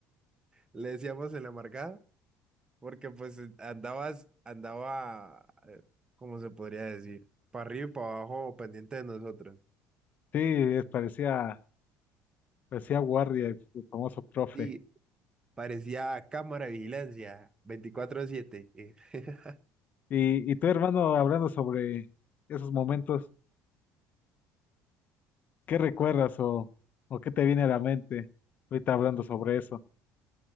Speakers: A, on the right; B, on the left.
A: Le decíamos el amargado. Porque pues andabas, andaba, eh, ¿cómo se podría decir? Para arriba y para abajo, pendiente de nosotros.
B: Sí, es- parecía, parecía guardia, el famoso profe.
A: Sí, parecía cámara de vigilancia, veinticuatro siete eh. <laughs>
B: Y, y tu hermano hablando sobre esos momentos. ¿Qué recuerdas o, o qué te viene a la mente ahorita hablando sobre eso?